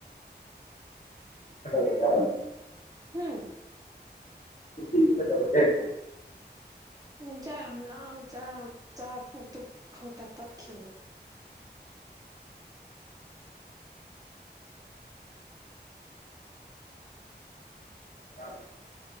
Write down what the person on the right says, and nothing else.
ꯍꯨꯝ
ꯑꯗꯨ ꯆꯥꯛ ꯌꯥꯝ ꯂꯥꯝꯃ‌ꯦ ꯆꯔꯥ ꯆꯥ ꯄꯨꯛꯇꯨ ꯈꯛꯇ ꯇꯠꯈꯤꯕ